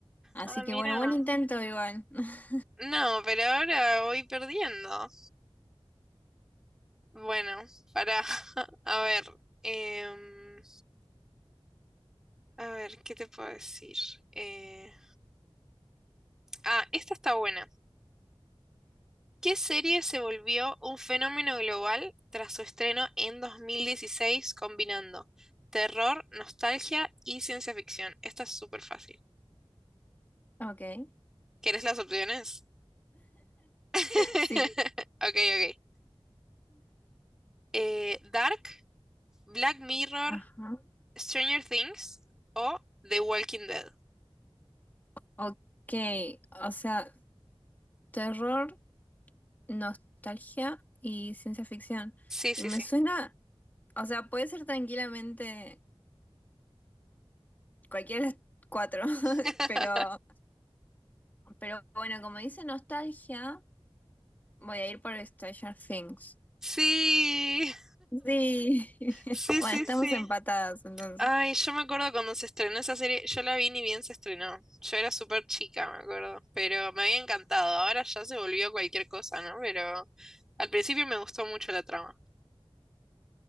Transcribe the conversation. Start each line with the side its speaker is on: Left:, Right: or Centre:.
Left: Así
Centre: Ah, mirá.
Left: que bueno, buen intento igual. <laughs>
Centre: No, pero ahora voy perdiendo. Bueno, para, <laughs> a ver, em, a ver, ¿qué te puedo decir? Eh, ah, esta está buena. ¿Qué serie se volvió un fenómeno global tras su estreno en 2016 combinando terror, nostalgia y ciencia ficción? Esta es súper fácil.
Left: Ok.
Centre: ¿Quieres las opciones? <laughs>
Left: Sí.
Centre: Ok, ok. Eh, Dark, Black Mirror,
Left: Ajá.
Centre: Stranger Things o The Walking Dead.
Left: Ok. O sea, terror, nostalgia y ciencia ficción.
Centre: Sí,
Left: Y
Centre: sí,
Left: me
Centre: sí.
Left: suena. O sea, puede ser tranquilamente cualquiera de las cuatro, <laughs>
Centre: <laughs>
Left: pero. Pero bueno, como dice nostalgia, voy a ir por Stranger Things.
Centre: Sí.
Left: Sí. <laughs>
Centre: Sí,
Left: Bueno,
Centre: sí,
Left: estamos
Centre: sí.
Left: empatadas entonces.
Centre: Ay, yo me acuerdo cuando se estrenó esa serie, yo la vi ni bien se estrenó. Yo era súper chica, me acuerdo, pero me había encantado. Ahora ya se volvió cualquier cosa, ¿no? Pero al principio me gustó mucho la trama.